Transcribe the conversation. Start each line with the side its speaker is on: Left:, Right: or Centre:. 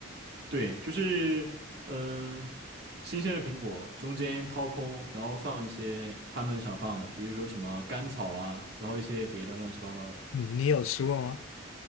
Right: 对，就是嗯，新鲜的苹果中间掏空，然后放一些他们想放的，比如说什么甘草啊，然后一些别的乱七八糟的。
Left: 嗯，你有吃过吗？